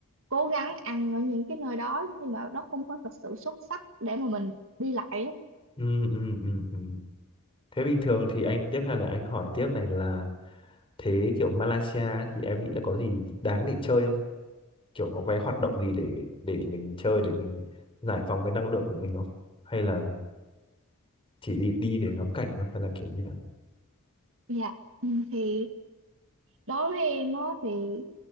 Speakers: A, on the right (about 65°); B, on the left (about 25°).
A: cố gắng ăn ở những cái nơi đó nhưng mà nó không có thật sự xuất sắc để mà mình đi lại á.
B: Ừ, ừ, ừ, ừ. Thế bình thường thì anh tiếp hay là anh hỏi tiếp này là thế kiểu Malaysia ấy thì em nghĩ là có gì đáng để chơi không? Kiểu có cái hoạt động gì để để mình chơi để mình giải phóng cái năng lượng của mình không? Hay là chỉ đi đi để ngắm cảnh thôi hay là kiểu như nào?
A: Dạ. Ừ, Thì đối với em á thì